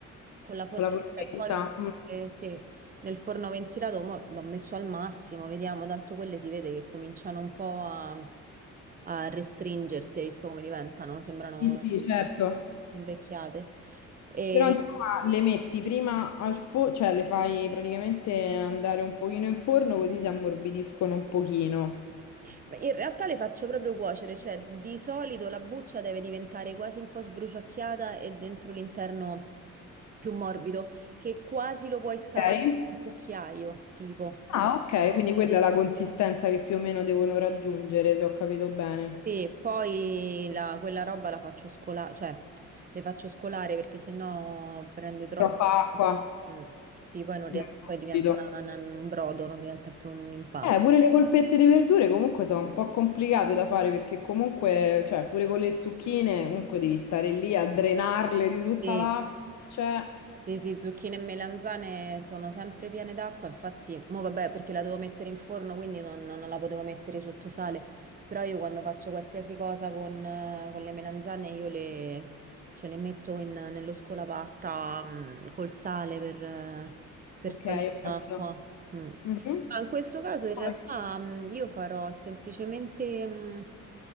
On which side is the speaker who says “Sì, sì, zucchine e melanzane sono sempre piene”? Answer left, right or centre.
Right